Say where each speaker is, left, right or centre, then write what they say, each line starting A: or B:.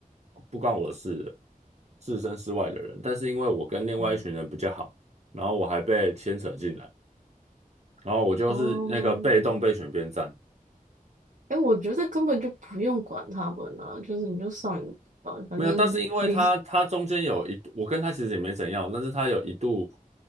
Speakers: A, on the right (about 50°); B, on the right (about 65°).
A: 不关我的事的，置身事外的人，但是因为我跟另外一群人比较好，
B: <laughs>
A: 然后我还被牵扯进来，然后我就是那个被动被选边站。
B: 哦，哎，我觉得根本就不用管他们啊，就是你就上你的班反正你
A: 没有，但是因为他他中间有一，我跟他其实也没怎样，但是他有一度